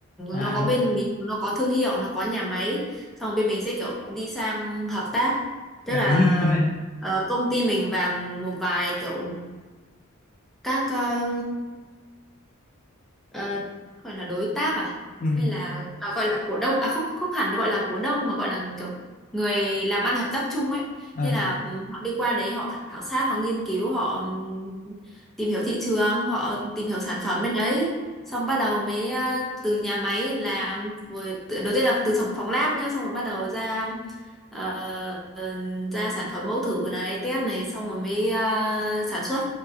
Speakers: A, on the left; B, in the centre.
A: và
B: nó có bên nó có thương hiệu nó có nhà máy xong rồi bên mình sẽ kiểu đi sang hợp tác tức
A: đặt
B: là
A: riêng luôn đấy
B: ờ, công ty mình và một vài kiểu các ờ, ờ, gọi là đối tác à
A: ừ
B: hay là à, gọi là cổ đông à không không hẳn gọi là cổ đông mà gọi là kiểu người làm ăn hợp tác chung ấy
A: ờ
B: thế là ừm, họ đi qua đấy họ khảo sát họ nghiên cứu họ ừm, tìm hiểu thị trường họ tìm hiểu sản phẩm bên đấy xong bắt đầu mới ờ, từ nhà máy làm rồi tự- đầu tiên là từ phòng phòng lab nhá xong rồi bắt đầu ra ờ, ờ, ra sản phẩm mẫu thử này test này xong rồi mới ờ, sản xuất